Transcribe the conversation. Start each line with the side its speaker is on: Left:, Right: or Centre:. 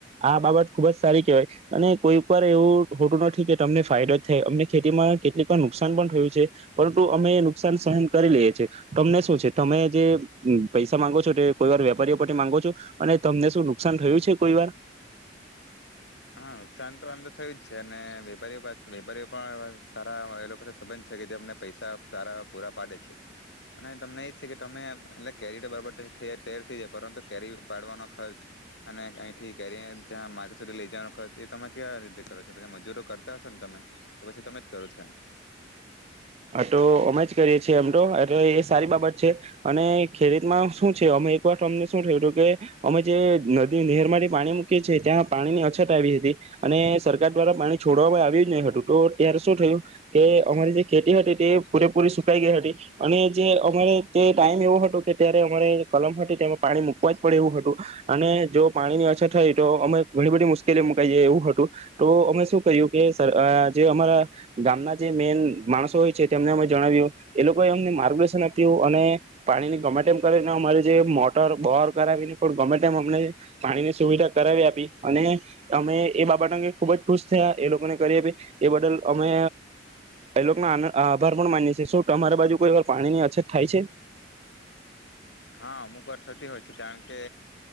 Right: આ બાબત ખુબ જ સારી કેહેવાય અને કોઈ પર એવું હોતું નથી કે તમને ફાયદો જ થાય અમને ખેતીમાં કેટલીક વાર નુકસાન પણ થયું છે, પરંતુ અમે નુકસાન સહન કરી લઈએ છીએ તમને શું છે તમે જે પૈસા માંગો છો કોઈ વાર વેપારીઓ. માંગો છો અને તમને શું નુકસાન થયું છે કોઈ વાર?
Left: હા નુકસાન તો આમ તો થયું જ છે અને વેપારીઓ પા વેપારીઓ પણ સારા એ લોકો સંબંધ છે, કે જે અમને પૈસા સારા પૂરા પાડે છે અને તમને એજ છે કે તમે એટલે કેરી તો બરાબર થ તર થઈ જાય પરંતુ કેરી પાડવાનો ખર્ચ. અને અહી ઠીક ત્યાં મા સુધી લઈ જવા. ખર્ચ એ તમે ક્યા રીતે કરો છો પછી મજૂરો કરતા હશો ને તમે કે પછી તમે જ કરો છો એમ?
Right: તો અમે જ કરીએ છીએ એમ તો એટલે એ સારી બાબત છે અને ખેડતમાં શું છે, અમે એક વાર અમને શું થયું હતું કે અમે જે નદી નહેરમાંથી પાણી મૂકીએ છી ત્યાં પાણીની અછત આવી હતી અને સરકાર દ્વારા પાણી છોડવામાં આવ્યું જ નહી હતું તો ત્યારે શું થયું કે અમારી જે ખેતી હતી તે પૂરેપૂરી સુકાઈ ગઈ હતી, અને જે અમારે તે ટાઈમ એવો હતો કે ત્યારે અમારે કલમ હતી તેમાં પાણી મુકવા જ પડે એવું હતું, અને જો પાણીની અછત થઈ તો અમે ઘણી બધી મુશ્કેલી મુકાઈ જઈ એવું હતું તો અમે શું કર્યું કે જે અમારા ગામના જે મેન. માણસો હોય છે તેમને અમે જણાવ્યું એ લોકોએ અમને માર્ગદર્શન આપ્યું, અને પાણીને ગમે તેમ કરીને અમારે જે મોટર બહર કરાવીને પણ ગમે તેમ અમને પાણીની સુવિધા કરાવી આપી અને અમે એ બાબત અંગે ખુબ જ ખુશ થયા એ લોકોને કરી આપી એ બદલ અમે. એ લોકો આભાર પણ માનીએ છી શું તમારી બાજુ કોઈ વાર પાણીની અછત થાય છે?
Left: હા અમુક વાર થતી હોય છે કારણ કે